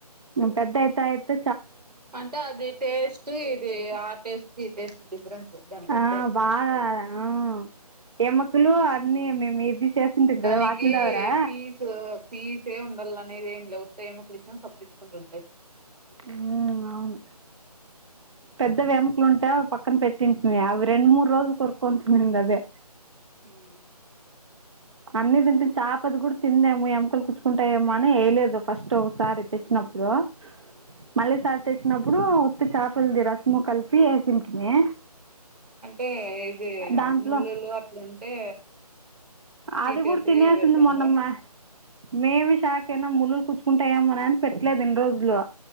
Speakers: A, on the right; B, on the right.
A: ఉమ్ పెదైతైత్
B: అంటే అది టెస్టు ఇది ఆ టేస్ట్ దీ టేస్టు డిఫరెన్సు దాన్ కప్పుడే
A: ఆ
B: అటుంది
A: బాగా
B: ఎవ్ర్
A: ఆ
B: ఉమ్
A: ఎముకలు
B: ప్చ్
A: అన్నీ మేము ఇది చేస్తుంటాం
B: దానికి
A: కదా వాటిల ద్వారా
B: పీసు పీసే ఉండాలనేది ఏంలే ఉత్త ఎమ్కులిచ్చిన సప్పరించుకున్ రుదై
A: హ్మ్ ఔను పెద్ద వెమ్ కలు ఉంటే ఒక్ పక్కన పెట్టుంటిమి అవి రెండు మూడు రోజుల్ కొరుకోన్ తినింది అదే
B: ఊమ్
A: అన్ని తింటి చేపది కూడా తిందేమో ఎముకలు కూచ్చుకుంటాయేమో అని వేయలేదు ఫస్ట్ ఒకసారి తెచ్చినప్పుడు మళ్ళీ సారితెచ్చినప్పుడు ఉత్త చేపలది రసము కలిపి వేసింటిమీ.
B: అంటే ఇది
A: దాంట్లో
B: ముళ్ళులు అట్లుంటే తీసేసి
A: అది కూడా తినేసింది
B: పెడతాండ్రా
A: మొన్నమ్మ మేమి షాక్ అయినా ముళ్లులు గుచ్చుకుంటాఏమో అని పెట్టలే రెండు రోజులు